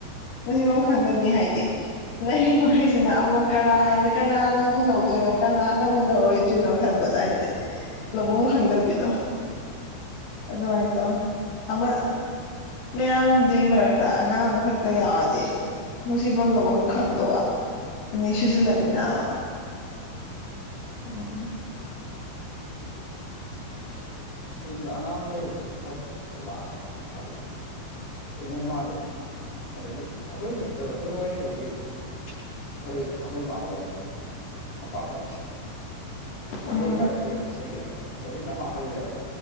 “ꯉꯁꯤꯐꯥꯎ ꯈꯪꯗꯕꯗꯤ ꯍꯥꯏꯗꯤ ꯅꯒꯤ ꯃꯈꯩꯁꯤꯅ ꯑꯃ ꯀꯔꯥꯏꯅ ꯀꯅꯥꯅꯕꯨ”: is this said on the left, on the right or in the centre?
Left